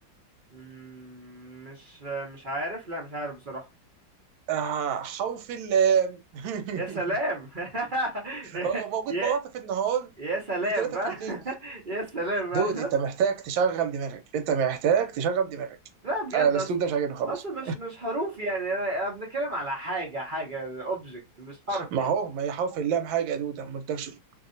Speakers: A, on the right; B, on the right.
A: مم. مش مش عارف لا مش عارف بصراحة
B: آه حرف ال <laughs>
A: يا سلام <laughs> يا
B: آه، موجود
A: يا
B: مرات في النهار
A: يا سلام
B: وثلاثه
A: بقى
B: في الليل
A: <laughs> يا سلام بقى
B: دود انت محتاج تشغل دماغك انت محتاج تشغل دماغك
A: لا بجد
B: انا الاسلوب
A: اصل
B: ده مش عاجبني خالص
A: اصل مش مش حروف يعني انا أنا بنتكلم على حاجه حاجه اوبجكت مش حرف
B: ما
A: يعني
B: هو ما هي حرف اللام حاجه يا دود انا ما قلتلكش